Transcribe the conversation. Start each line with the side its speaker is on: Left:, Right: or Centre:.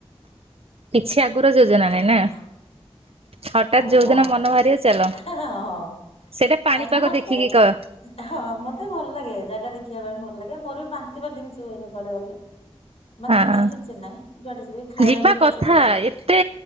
Right: କିଛି ଆଗୁରୁ ଯୋଜନା ନାଇଁ ନା?
Left: ହଁ।
Right: ହଠାତ୍
Left: ଆଉ
Right: ଯୋଉ
Left: କଣ
Right: ଦିନ ମନ ବାହାରିବ ଚାଲ
Left: ହଁ ହଁ ହଁ।
Right: ସେଇଟା ପାଣିପାଗ
Left: ମାନେ ମତେ
Right: ଦେଖିକି କହ
Left: ହଁ ମତେ ଭଲ ଲାଗେ ଜାଗା ଦେଖ ଖିବା ପାଇଁ ଭଲ ଲାଗେ ମୋର ବି ବାନ୍ତି ବାନ୍ତି କିଛି ହୁଏନି କଆଡେ ଗଲେ। ମତେ
Right: ହଁ।
Left: ନାଇଁ କିଛି ନାହିଁ ଯୁଆଡେ ଯିବି ଖାଇବା
Right: ଯିବା
Left: ବି ଏପଟ
Right: କଥା
Left: ସେପଟେ ହେଲେ
Right: ଏତେ